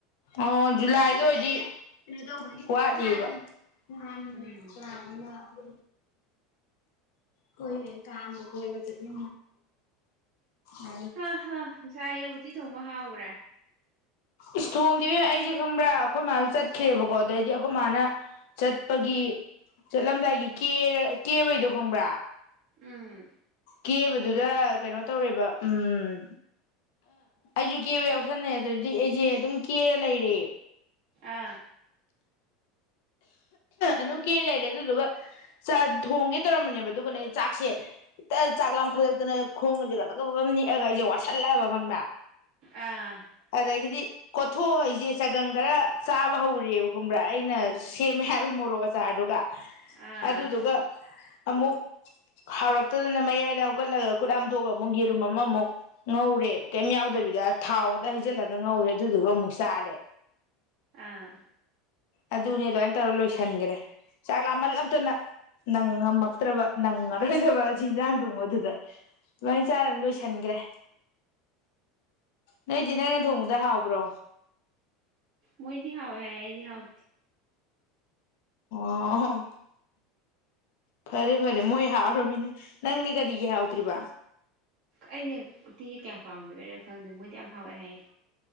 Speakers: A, on the left (about 65°); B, on the right (about 45°).
A: ꯑꯣ ꯖꯨꯂꯥꯏꯗ ꯑꯣꯏꯗꯤ ꯩꯅ ꯋꯥꯠꯂꯤꯕ ꯅ ꯍꯗ
B: ꯎꯝ
A: ꯀꯣꯏ ꯀꯥꯡꯗ ꯆꯅꯤ ꯑ
B: ꯍꯥ ꯍꯥ ꯉꯁꯥꯏ ꯑꯌꯨꯛ ꯎꯇꯤ ꯊꯣꯡꯕ ꯍꯥꯎꯈ꯭ꯔꯦ
A: ꯏꯁ ꯊꯣꯡꯗꯕꯤ ꯑꯩꯁꯦ ꯈꯪꯕ꯭ꯔꯥ ꯑꯩꯈꯣꯏ ꯃꯌꯥꯝꯁꯨ ꯆꯠꯦ ꯈ꯭ꯔꯑꯕꯀꯣ ꯑꯗꯨꯗꯑꯣꯏꯗꯤ ꯑꯩꯈꯣꯏ ꯃꯥꯅ ꯆꯠꯄꯒꯤ ꯆꯠꯂꯝꯗꯥꯏꯒꯤ ꯀ ꯀꯦꯕꯩꯗꯣ ꯈꯪꯕ꯭ꯔꯥ
B: ꯎꯝ
A: ꯀꯦꯕꯗꯨꯗ ꯀꯩꯅꯣ ꯇꯧꯔꯦꯕ ꯎꯝ ꯑꯩꯁꯨ ꯀꯦꯕ ꯌꯥꯎꯁꯟꯅꯩ ꯑꯗꯨꯗꯤ ꯑꯩꯁꯦ ꯑꯗꯨꯝ ꯀꯦꯔ ꯂꯩꯔꯦ
B: ꯑꯥ
A: ꯑꯗꯨꯝ ꯀꯦ ꯂꯩꯔꯦ ꯑꯗꯨꯗꯨꯒ ꯊꯣꯡꯒꯦ ꯇꯧꯔꯝꯕꯅꯦꯕ ꯑꯗꯨꯒꯅꯦ ꯑꯩ ꯆꯥꯛꯁꯦ ꯍꯇ ꯆꯥꯛ ꯂꯥꯝꯈꯠꯂꯛꯇꯅ ꯈꯣꯡꯒꯁꯦ ꯀꯛꯇꯛ ꯄ ꯅꯦꯛꯑꯒ ꯑꯩꯁꯦ ꯋꯥꯁꯜꯂꯛꯑꯕ ꯈꯪꯗ꯭ꯔꯥ
B: ꯑꯥ
A: ꯑꯗꯒꯤꯗꯤ ꯊꯣꯛꯑ ꯑꯩꯁꯦ ꯁꯒꯪ ꯈꯔ ꯆꯥꯕ ꯍꯧꯔꯦꯕ ꯈꯨꯝꯕ꯭ꯔꯥ ꯑꯩꯅ ꯁꯦꯝꯃꯦ ꯍꯥꯏꯕ ꯃꯣꯔꯣꯛ ꯑꯆꯥꯔꯗꯨꯒ
B: ꯑꯥ
A: ꯑꯗꯨꯗꯨꯒ ꯑꯃꯨꯛ ꯍꯥꯎꯔꯛꯇꯗꯅ ꯃꯌꯥꯏꯗ ꯍꯧꯒꯠꯂꯒ ꯈꯨꯠ ꯍꯥꯝꯗꯣꯛꯑꯒ ꯑꯃꯨꯛ ꯌꯦꯔꯨꯝ ꯑꯃ ꯑꯃꯨꯛ ꯉꯧꯔꯦ ꯀꯩꯝ ꯌꯥꯎꯗꯕꯤꯗ ꯊꯥꯎꯗ ꯍꯩꯖꯤꯜꯂꯒ ꯉꯧꯔꯦ ꯑꯗꯨꯗꯨꯒ ꯑꯃꯨꯛ ꯆꯥꯔꯦ
B: ꯑꯥ
A: ꯑꯗꯨꯅꯦ ꯑꯗꯨꯃꯥꯏꯅ ꯇꯧꯔ ꯂꯣꯏꯁꯤꯟꯈ꯭ꯔꯦ ꯆꯥꯛ ꯂꯥꯝꯍꯜꯂꯛꯇꯅ ꯅꯪ ꯉꯝꯃꯛꯇ꯭ꯔꯕ ꯅꯪꯉꯔꯣꯏꯗꯕ ꯑꯁꯤ ꯏꯟꯖꯥꯡ ꯊꯣꯡꯕꯗꯨꯗ ꯑꯗꯨꯃꯥꯏꯅ ꯆꯥꯔ ꯂꯣꯏꯁꯤꯟꯈ꯭ꯔꯦ ꯅꯣꯏꯗꯤ ꯅꯪꯅ ꯊꯣꯡꯕꯗ ꯍꯥꯎꯕ꯭ꯔꯣ
B: ꯃꯣꯏꯗꯤ ꯍꯥꯎ ꯑꯦꯦꯗꯤ ꯍꯥꯎ
A: ꯑꯣ ꯐꯔꯦ ꯐꯔꯦ ꯃꯣꯏ ꯍꯥꯎꯔꯃꯤꯅ ꯅꯪꯗꯤ ꯀꯔꯤꯒꯤ ꯍꯥꯎꯗ꯭ꯔꯤꯕ
B: ꯑꯩꯅ ꯎꯇꯤꯁꯦ ꯀꯌꯥ ꯄꯥꯝꯗꯕꯅꯣ ꯈꯪꯗꯦ ꯃꯣꯏꯗꯤ ꯌꯥꯝ ꯍꯥꯎꯋꯦ ꯍꯥꯏꯌꯦ